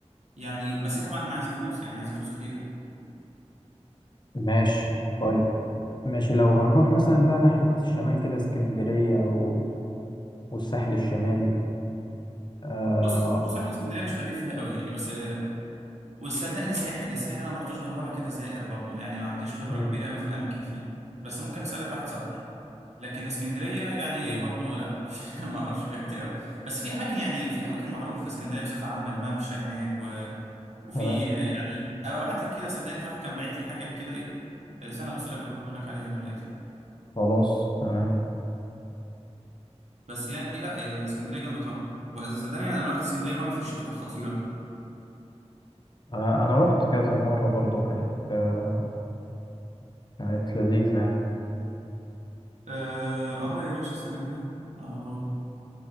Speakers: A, on the right; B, on the left.
A: يعني بس هي طبعا عايزة فلوس يعني عايزة فلوس كتير
B: ماشي طيب ماشي لو هنروح مثلا بقى ناحية الشمال كده اسكندرية و... والساحل الشمالي آه.
A: فبص بصراحة اسكندرية مش خبير فيها قوي يعني بس وصدقني ساحل الساحل أنا ما رحتوش غير مرة كده زائر برضه يعني ما عنديش خبرة
B: مم.
A: كبيرة قوي في الأماكن فيه بس ممكن أسألك واحد صاحبي لكن اسكندريه يعني
B: مم.
A: برضو لا <laughs> مش ما اعرفش فيها كتير قوي بس في اماكن يعني في اماكن معروفه في اسكندريه بصفه عامه الممشى هناك و... وفي
B: تمام
A: يعني ابقى ابعت لك كده صدقني في واحد كان باعت لي حاجه كده ايه استنى ابص لك اقول لك عليها لو لقيتها
B: خلاص تمام
A: بس يعني لا آه، اسكندريه جامده طبعا وصدقني انا لو رحت اسكندريه مره في الشتاء كانت خطيره
B: آه. أنا رحت كذا مرة برضو كانت آه. كانت لذيذة يعني
A: آه، اهو يا باشا استنى كده اهو